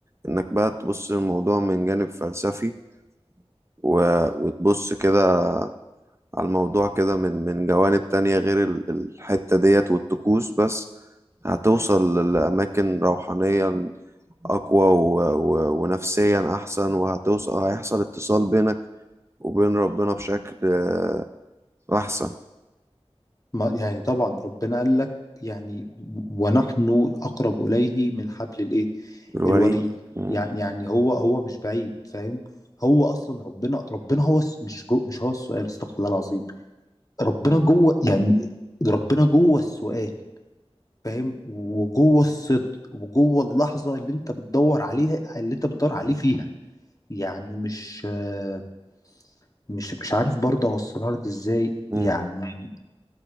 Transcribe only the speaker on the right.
انك بقى تبص للموضوع من جانب فلسفي و- وتبص كده على الموضوع كده من من جوانب تانية غير ال- الحتة ديت والطقوس بس هتوصل لأماكن روحانيا أقوى و... و... ونفسيا أحسن وهتوصل هيحصل اتصال بينك وبين ربنا بشكل آه، أحسن
بالوريد
مم.
مم.